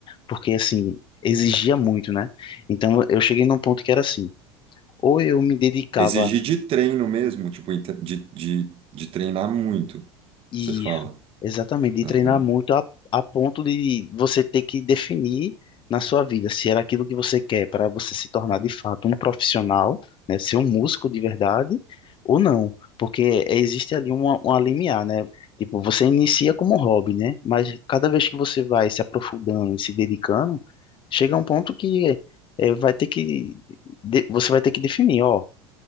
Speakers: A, on the left; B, on the right.
A: porque assim, exigia muito, né? Então eu cheguei num ponto que era assim, ou eu me dedicava
B: Exigir de treino mesmo, tipo, inte- de, de, de treinar muito,
A: Isso,
B: você fala.
A: exatamente, de
B: Aham,
A: treinar muito a, a ponto de você ter que definir na sua vida se era aquilo que você quer para você se tornar de fato um profissional, né, ser um músico de verdade ou não, porque existe ali uma, uma limiar, né? Tipo, você inicia como hobby, né? Mas cada vez que você vai se aprofundando e se dedicando, chega um ponto que eh, vai ter que de- você vai ter que definir, ó,